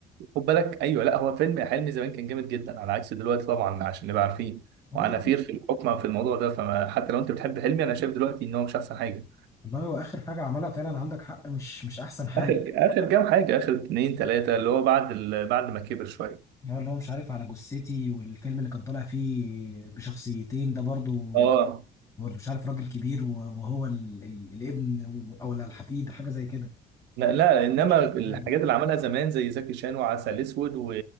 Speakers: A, on the right (about 85°); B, on the left (about 20°).
A: خد بالك ايوه لا هو فيلم حلمي زمان كان جامد جدا على عكس دلوقتي طبعا عشان نبقى عارفين
B: هو
A: وعنافير
B: دلوقتي
A: في الحكم في الموضوع ده فما حتى لو انت بتحب حلمي انا شايف دلوقتي ان هو مش احسن حاجه
B: والله هو اخر حاجه عملها فعلا عندك حق مش مش احسن حاجه
A: اخر اخر كام حاجه اخر اتنين تلاته اللي هو بعد ال... بعد ما كبر شويه
B: هو اللي هو مش عارف على جثتي والفيلم اللي كان طالع فيه بشخصيتين ده برضو
A: اه
B: مش عارف راجل كبير و- وهو ال... ال... الابن او الحفيد حاجه زي كده
A: لا لا انما
B: مش عارف
A: الحاجات
B: حاجة.
A: اللي عملها زمان زي زكي شان وعسل اسود و-